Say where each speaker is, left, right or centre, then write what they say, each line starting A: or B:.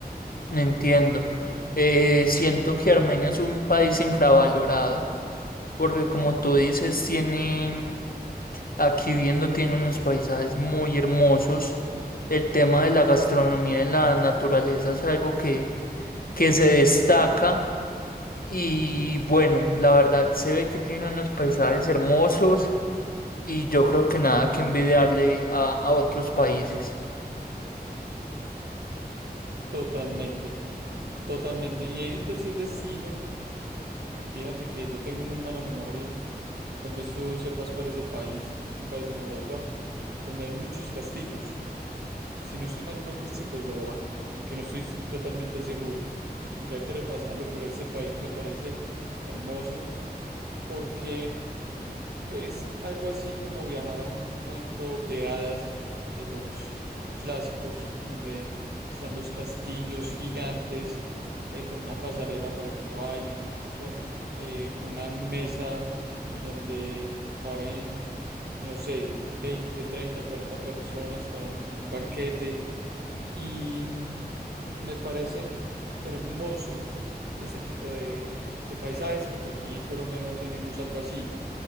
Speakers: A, on the left (about 60°); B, on the right (about 75°).
A: No entiendo. Eh, siento que Armenia es un país infravalorado, porque como tú dices, tiene, aquí viendo, tiene unos paisajes muy hermosos. El tema de la gastronomía y la naturaleza es algo que, que se destaca. Y bueno, la verdad se ve que tiene unos paisajes hermosos. y yo creo que nada que envidiarle a, a otros países.
B: Totalmente, totalmente. Y hay un tercer destino Fíjate que yo tengo muy mala memoria. Tal vez tú sepas cuál es el país. Es un país en Europa donde hay muchos castillos. Si no estoy mal, creo que es Checoslovaquia, aunque no estoy s- totalmente seguro. Tendría que repasarlo, pero este país me parece hermoso porque es algo así como viajar a un cuento de hadas de los clásicos, en donde están los castillos gigantes eh, con una pasarela para que bailen, con eh, una mesa en donde caben, no sé, 20 30 40 personas para un un banquete. Y mm, me parece hermoso este tipo de, de paisajes porque aquí en Colombia no tenemos algo así.